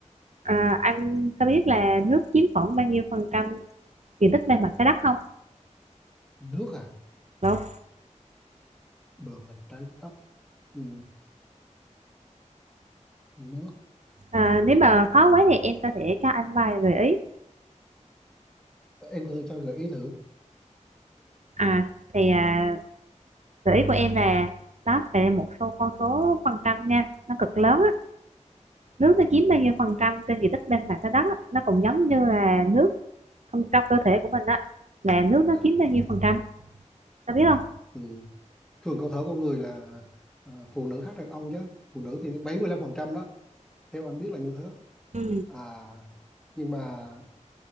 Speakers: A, on the right; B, in the centre.
A: À,
B: Ừ.
A: anh có biết là nước chiếm khoảng bao nhiêu phần trăm diện tích bề mặt trái đất không?
B: nước à
A: Đúng.
B: bờ mặt trái đất ừ. nước
A: À, nếu mà khó quá thì em có thể cho anh vài gợi ý.
B: em có thể cho gợi ý thử
A: À, thì à, Gợi ý của em là nó sẽ một số con số phần trăm nha nó cực lớn á nước nó chiếm bao nhiêu phần trăm trên diện tích bên mặt trái đất á nó cũng giống như là nước trong, trong cơ thể của mình á là nước nó
B: à
A: chiếm bao nhiêu phần trăm ta biết không
B: ừ. thường cơ thể con người là à, phụ nữ khác đàn ông chứ phụ nữ thì 75% đó theo anh biết là như thế
A: Ừ.
B: à nhưng mà